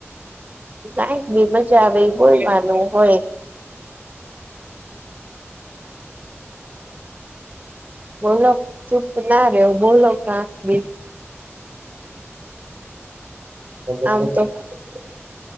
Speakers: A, on the right; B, on the right.
A: કઈ બી મજા આવે કોઈ માનું હોય બોલો ચૂપ ના રયો બોલો કાંક બી
B: તમે
A: આમ
B: શુ કરો
A: તો
B: છો?